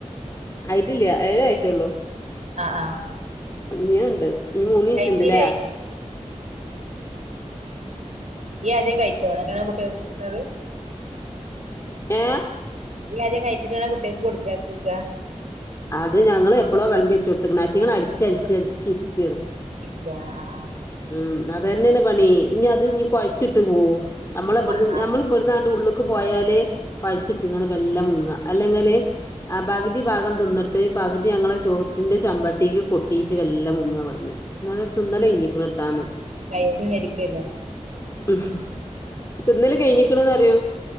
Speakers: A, on the left (about 25°); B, on the right (about 75°).
A: ആയിട്ടില്ല ഏഴേ ആയിട്ടള്ളൂ
B: ആഹ് ആഹ്
A: ഇഞുണ്ട് ഇനി മൂന്ന് മിനിറ്റ്ണ്ട്ല്ലേ
B: കഴിച്ചില്ലേ ഈ ആദ്യം കഴിച്ചോന്നിട്ടാണ് കുട്ടികൾ കൊട്ക്ക്ണത്
A: ഏ
B: ആദ്യം കഴിച്ചിക്കണ കുട്ട്യക്ക് കൊടുക്കാർച്ചിക്കാ
A: അത് ഞങ്ങള്ൾഎപ്പോഴോ വെള്ളമ്പി വെച്ച് കൊടുത്ത്ക്കണ ആറ്റങ്ങെള്അലിച്ച അലിച്ച അലിച്ചിരിക്കറ്
B: ഇരിക്കാ ആ
A: ഉം അതന്നെണ് പണി നീ അത് നീ കൊഴച്ചിട്ട് പോകും നമ്മളെ ഇവിടുന്ന്
B: ആഹ് ആഹ്
A: നഞമ്മൾ ഇവിടുന്നാ ഉള്ളു പോയാല് കഴിച്ചിട്ടാണ്ട് മെല്ല മുങ്ങ അല്ലെങ്കില് ആ പകുതി ഭാഗം തിന്നിട്ട് പകുതി ഞങ്ങളെ ചോറ്റിന്റെ ചെമ്പട്ടിക്ക് കൊട്ടിയിട്ട് മെല്ലെ മുങ്ങ എന്നാലും തിന്നല് കഴിഞ്ഞിക്ക്ണ് ട്ടാന്ന്
B: കഴിച്ചിരിക്കല്ല
A: ഉ ഹും തിന്നല് കഴിഞ്ഞിക്കണ്ന്നറിയോ